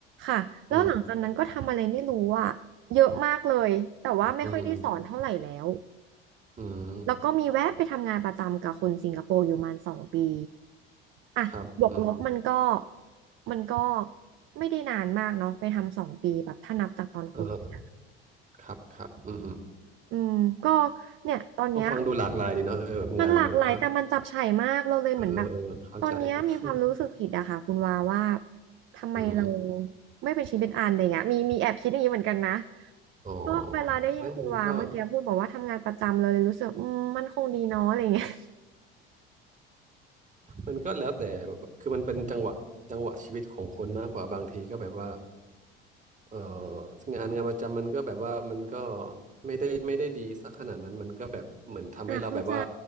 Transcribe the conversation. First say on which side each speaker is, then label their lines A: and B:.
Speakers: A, on the right; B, on the right.
A: ค่ะแล้วหลังจากนั้นก็ทำอะไรไม่รู้อะเยอะมากเลยแต่ว่าไม่ค่อยได้สอนเท่าไหร่แล้ว
B: อืมอืมอืมอืม
A: แล้วก็มีแวะไปทำงานประจำกับคนสิงคโปร์อยู่ประมาณสองปี อ่ะบวกลบมันก็
B: ครับอืม
A: มันก็ไม่ได้นานมากเนาะไปทำสองปีแบบถ้านับจากตอนโควิดอะ
B: เออ ครับครับอืม
A: อืมก็เนี่ยตอนเนี้ย
B: ก็ฟังดูหลากหลายดีเนาะเออแบบงานแบบว่า
A: มันหลากหลายแต่มันจับฉ่ายมากเราเลยเหมือนแบบ
B: เออเออเออเข้าใจ
A: ตอนเนี้ยมีความรู้สึกผิดอะค่ะคุณวาว่า
B: <laughs>
A: ทำไมเรา
B: อืม
A: ไม่เป็นชิ้นเป็นอันอะไรเงี้ยมีมีแอบคิดอย่างนี้เหมือนกันนะ
B: อ๋อ
A: ก็เวลาได้ยินคุณวาเมื่อกี้พูดบอกว่าทำงานประจำเลยเลยรู้สึกอืมมันคงดีเนาะอะไรเงี้ย
B: ไม่มันก็มันก็แล้วแต่แบบคือมันเป็นจังหวะจังหวะชีวิตของคนมากกว่าบางทีก็แบบว่าเอองานงานประจำมันก็แบบว่ามันก็ไม่ได้ไม่ได้ดีสักขนาดนั้นมันก็แบบเหมือนทำให้เราแบบว่า
A: อ่ะเข้าใจ